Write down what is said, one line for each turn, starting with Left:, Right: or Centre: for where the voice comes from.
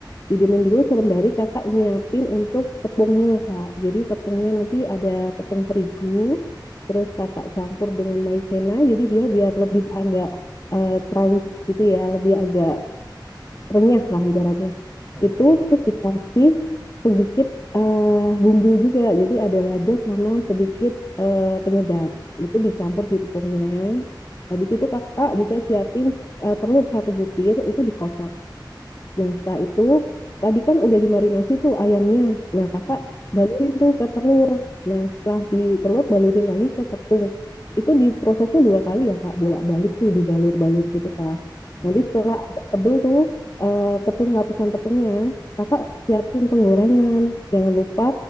Left: didiemin dulu sembari kakak nyiapin untuk tepungnya kak jadi tepungnya nanti ada tepung terigu terus kakak campur dengan maizena jadi dia biar lebih agak eh, crunchy gitu ya lebih agak renyah lah ibaratnya
Right: oke.
Left: itu terus dikasih sedikit eh, bumbu juga jadi ada lada sama sedikit eh, penyedap itu dicampur di tepungnya habis itu kakak juga siapin eh, telur satu butir itu dikocok Nah, setelah itu tadi kan udah dimarinasi tuh ayamnya. Nah, kakak
Right: Hmm.
Left: balurin tuh ke telur. Nah, setelah di telur balurin lagi ke tepung. Itu diprosesnya dua kali ya, Kak. Bolak-balik tuh dibalur-balur gitu, Kak.
Right: Hmm.
Left: Nanti setelah agak tebel tuh eh, tepung lapisan tepungnya, kakak siapin penggorengan. Jangan lupa